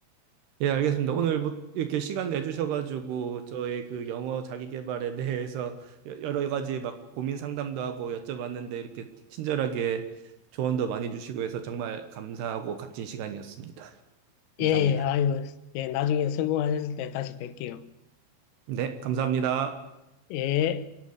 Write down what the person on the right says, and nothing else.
예, 알겠습니다. 오늘 뭐 이렇게 시간 내주셔가지고 저의 그 영어 자기 개발에 대해서 여- 여러 가지 막 고민 상담도 하고 여쭤봤는데 이렇게 친절하게 조언도 많이 주시고 해서 정말 감사하고 값진 시간이었습니다. 감사합니다.
네, 감사합니다.